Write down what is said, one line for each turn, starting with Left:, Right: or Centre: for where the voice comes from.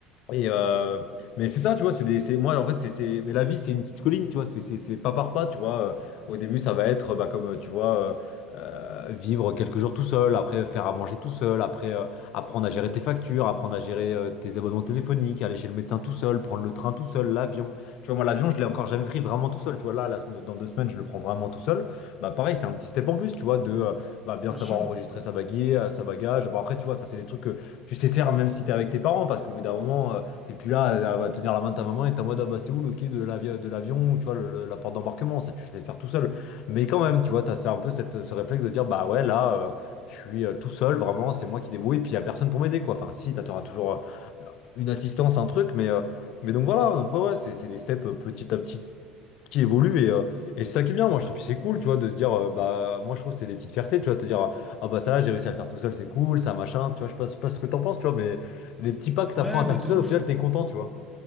Left: Et euh, mais c'est ça, tu vois, c'est des, c'est moi en fait, c'est, c'est, mais la vie c'est une petite colline, tu vois, c'est, c'est, c'est pas par pas, tu vois. Euh, Au début, ça va être, bah, comme euh, tu vois, euh, euh, vivre quelques jours tout seul, après faire à manger tout seul, après euh, apprendre à gérer tes factures, apprendre à gérer euh, tes abonnements téléphoniques, aller chez le médecin tout seul, prendre le train tout seul, l'avion. Tu vois, moi l'avion, je l'ai encore jamais pris vraiment tout seul, tu vois. Là, la sem- dans deux semaines, je le prends vraiment tout seul. Bah pareil, c'est un petit step en plus, tu vois, de euh, bah, bien
Centre: Bien
Left: savoir
Centre: sûr.
Left: enregistrer sa baguette, euh, sa bagage. Bon après, tu vois, ça c'est des trucs tu sais faire même si t'es avec tes parents, parce qu'au bout d'un moment, euh, t'es plus là euh, à tenir la main de ta maman et t'es en mode ah bah c'est où le quai de l'avi- de l'avion, ou tu vois, le- le- la porte d'embarquement, ça tu sais faire tout seul. Mais quand même, tu vois, t'as c'est un peu cette, ce réflexe de dire bah ouais, là, euh, je suis euh, tout seul, vraiment, c'est moi qui débrouille, puis y a personne pour m'aider, quoi. Enfin, si, t'as- t'auras toujours euh, une assistance, un truc, mais, euh, mais donc voilà, donc ouais, ouais, c'est c'est des steps euh, petit à petit qui évolue et, euh, et c'est ça qui est bien moi je trouve que c'est cool tu vois de se dire euh, bah moi je trouve que c'est des petites fiertés tu vois te dire ah bah ça là j'ai réussi à le faire tout seul c'est cool ça machin tu vois je sais pas, je sais pas ce que t'en penses tu vois mais les petits pas que t'apprends
Centre: Ouais,
Left: à
Centre: bah
Left: faire tout
Centre: de
Left: seul
Centre: ouf.
Left: au final t'es content tu vois